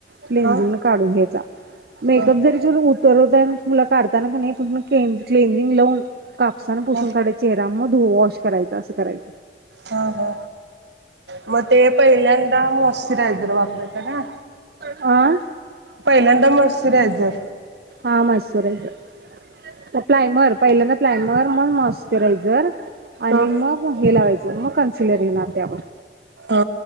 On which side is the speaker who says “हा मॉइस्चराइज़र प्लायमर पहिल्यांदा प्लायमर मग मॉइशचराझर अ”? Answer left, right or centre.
Right